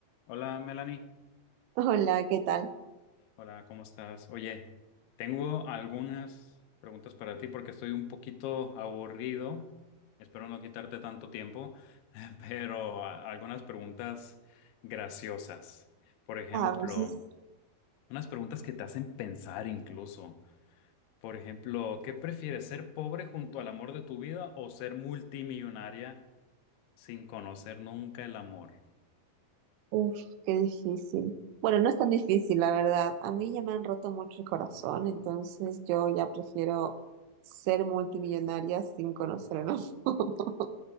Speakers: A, on the left; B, on the right.
A: Hola Melanie,
B: Hola, ¿qué tal?
A: hola, ¿cómo estás? Oye, tengo algunas preguntas para ti porque estoy un poquito aburrido, espero no quitarte tanto tiempo, <laughs> pero a- algunas preguntas graciosas. Por ejemplo,
B: A veces,
A: unas preguntas que te hacen pensar incluso. Por ejemplo, ¿qué prefieres, ser pobre junto al amor de tu vida o ser multimillonaria sin conocer nunca el amor?
B: uff, qué difícil. Bueno, no es tan difícil, la verdad. A mí ya me han roto mucho el corazón, entonces yo ya prefiero ser multimillonaria sin conocer el amor. <laughs>